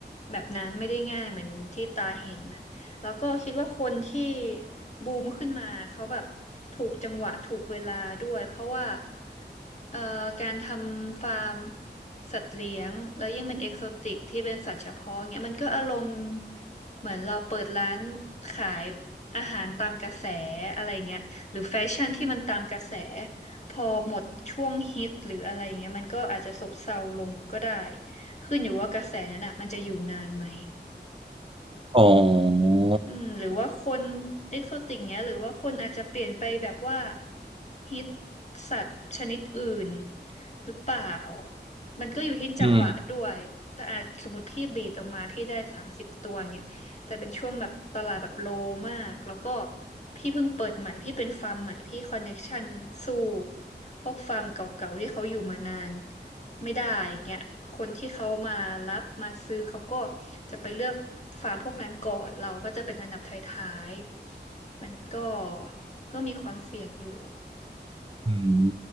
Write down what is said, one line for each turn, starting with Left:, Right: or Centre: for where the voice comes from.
Left: แบบนั้นไม่ได้ง่ายเหมือนที่ตาเห็นน่ะแล้วก็คิดว่าคนที่บูมขึ้นมาเขาแบบถูกจังหวะถูกเวลาด้วยเพราะว่าเอ่อการทำฟาร์มสัตว์เลี้ยงแล้วยิ่งเป็นเอกโซติกที่เป็นสัตว์เฉพาะเงี้ยมันก็อารมณ์เหมือนเราเปิดร้านขายอาหารตามกระแสอะไรเงี้ยหรือแฟชั่นที่มันตามกระแส พอหมดช่วงฮิตหรืออะไรเงี้ยมันก็อาจจะซบเซาลงก็ได้ขึ้นอยู่ว่ากระแสนั้นอ่ะมันจะอยู่นานไหม
Right: อ๋อ
Left: อืมหรือว่าคนเอ็กโซติกเนี้ยหรือว่าคนอาจจะเปลี่ยนไปแบบว่าฮิตสัตว์ชนิดอื่นหรือเปล่ามันก็อยู่ที่จังหวะด้วยแต่อาจสมมติพี่บีดออกมาพี่ได้สามสิบตัวเงี้ยแต่เป็นช่วงแบบตลาดแบบโลมากแล้วก็
Right: อืม
Left: พี่เพิ่งเปิดใหม่พี่เป็นฟาร์มใหม่พี่คอนเน็กชันสู้ พวกฟาร์มเก่าๆที่เขาอยู่มานานไม่ได้เงี้ยคนที่เขามารับมาซื้อเขาก็จะไปเลือกฟาร์มพวกนั้นก่อนเราก็จะเป็นอันดับท้ายๆมันก็ก็มีความเสี่ยงอยู่
Right: อืม